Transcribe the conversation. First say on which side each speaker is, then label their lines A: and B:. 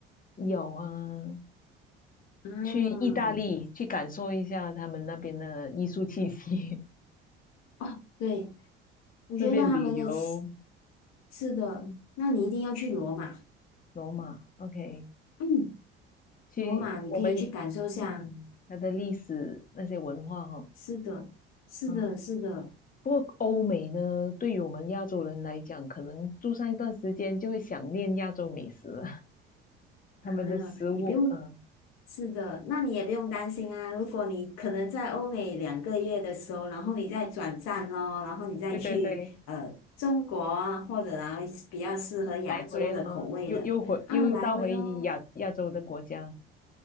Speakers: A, on the left; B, on the left.
A: 有啊，
B: 嗯，
A: 去意大利去感受一下他们那边的艺术气息，
B: 哦，对，我觉得他们的气
A: <laughs> 顺便旅游。
B: 是的，
A: 嗯，
B: 那你一定要去罗马，
A: 罗马，OK，
B: 嗯，
A: 去我们
B: 罗马你可以去感受下，
A: 嗯它的历史那些文化哈，
B: 是的，是的，
A: 嗯。
B: 是的。
A: 不过欧美呢，对于我们亚洲人来讲，可能住上一段时间就会想念亚洲美食了。他们的食物，
B: 啊，你不用，
A: 嗯，
B: 是的，那你也不用担心啊。如果你可能在欧美两个月的时候，然后你再转站哦，然后你再去呃中国啊，
A: 对对对，
B: 或者啊比较适合亚洲的口味的啊，
A: 来回哦，又又回又到回亚亚洲的国家，
B: 来回哦。